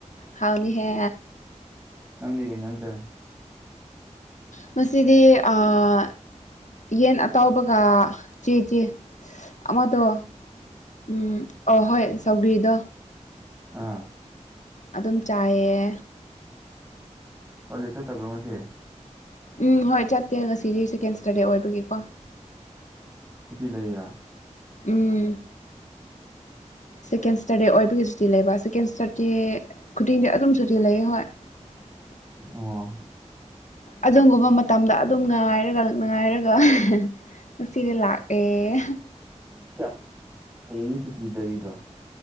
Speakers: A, on the left; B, on the right.
A: ꯍꯥꯎꯅꯤ ꯍꯦ
B: ꯅꯪꯗꯤ ꯀꯩ ꯏꯟꯁꯥꯡ ꯆꯥꯏ
A: ꯉꯁꯤꯗꯤ ꯑꯥ ꯌꯦꯟ ꯑꯇꯥꯎꯕꯒ ꯆꯦ ꯆꯦ ꯑꯃꯗꯣ ꯎꯝ ꯑꯣ ꯍꯣꯏ ꯁꯧꯒꯔꯤꯗꯣ
B: ꯑꯥ
A: ꯑꯗꯨꯝ ꯆꯥꯏꯌꯦ꯫
B: ꯀꯣꯂꯦꯖ ꯆꯠꯇꯕ꯭ꯔꯣ ꯉꯁꯤ
A: ꯎꯝ ꯍꯣꯏ ꯆꯠꯇꯦ ꯉꯁꯤꯗꯤ ꯁꯦꯀꯦꯟ ꯁꯇꯔꯗꯦ ꯑꯣꯏꯕꯒꯤꯀꯣ
B: ꯁꯨꯇꯤ ꯂꯩꯔꯤꯔꯣ
A: ꯎꯝ ꯁꯦꯀꯦꯟ ꯁꯇꯔꯗꯦ ꯑꯣꯏꯕꯒꯤꯁꯨꯨꯇꯤ ꯂꯩꯕ ꯁꯦꯀꯦꯟ ꯁꯇꯔꯗꯦ ꯈꯨꯗꯤꯡꯗꯤ ꯑꯗꯨꯝꯁꯨꯨꯇꯤ ꯂꯩꯌꯦ ꯍꯣꯏ <unintelligible>
B: ꯑꯣ
A: ꯑꯗꯨꯒꯨꯝꯕ ꯃꯇꯝꯗ ꯑꯗꯨꯝ ꯉꯥꯏꯔꯒ ꯉꯥꯏꯔꯒ ꯉꯁꯤꯗꯤ ꯂꯥꯛꯑꯦ
B: ꯁꯤꯌ ꯍꯌꯦꯡꯗꯤ ꯁꯨꯇꯤꯂꯩꯔꯤꯗꯣ